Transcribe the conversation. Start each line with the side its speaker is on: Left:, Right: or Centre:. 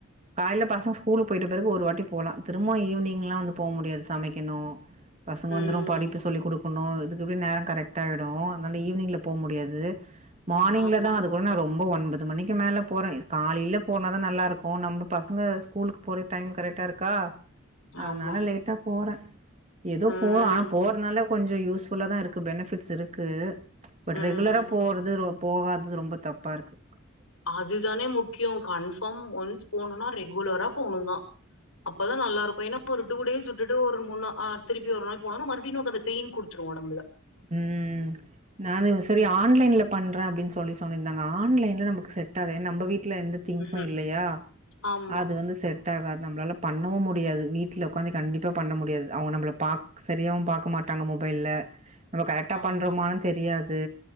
Right: காலைல பசங்க ஸ்கூலுக்கு போயிட்ட பெறகு ஒரு வாட்டி போலா திரும்ப ஈவினிங்லா வந்து போக முடியாது சமைக்கணு பசங்க
Left: ம்
Right: வந்துரு படிப்பு சொல்லி கொடு னும் இதுக்கு எப்டி நேர கரெக்டாய்டு அதனால ஈவ்னிங்ல போ முடியாது மார்னிங்லதான்
Left: ஆமா
Right: அதுக்குடன ரொம்ப ரொம்ப ஒன்பது மணிக்கு மேல போறேன் காலிலேயே போனாதான் நல்லாருக்கு நம்ம பசங்க ஸ்கூலுக்கு போற டைம் கரெக்ட டாருக்கா அதனால
Left: ஆமா
Right: லேட்டா போறே ஏதோ
Left: ம்
Right: போற ஆனா போறனால கொஞ்ச யூஸ்புல்லாதாருக்கு பெனிபிட்ஸ் இருக்கு பட்
Left: ம்
Right: ரெகுலரா போறது போகாதது ரொம்ப தப்பாருக்கு
Left: அதுதானே முக்கியம் கன்பார்ம் ஒன்ஸ் போகணுனா ரெகுலரா போகணுதா அப்பதான் நல்லாருக்கு ஏன்னா ஒரு டூ டேஸ் விட்டுட்டு ஒரு மூணு திருப்பி ஒரு நாள் போனனா மறுபடியும் நமக்கு பெய்ன் குடுத்துடு போணம்ல
Right: உம் நானே சரி
Left: ம்
Right: ஆன்லைன்ல பண்றே அப்டின்னு சொல்லி சொன்னே ஆன்லைன்ல நமக்கு செட்டாகா ஏன்னா நம்ப வீட்ல எந்த திங்ஸும்
Left: ம்ஹும்
Right: இல்லையா
Left: ஆமா
Right: அது வந்து செட் ஆகாது நம்ளால பண்ணவு முடியாது வீட்ல உட்காந்து கண்டிப்பா பண்ண முடியாது அவங்க நம்மள பாக் சரியாவு பாக்க மாட்டே ட்டாங்க மொபைல நம்ம கரெக்டாக
Left: ஆமா
Right: பண்றமானு தெரியாது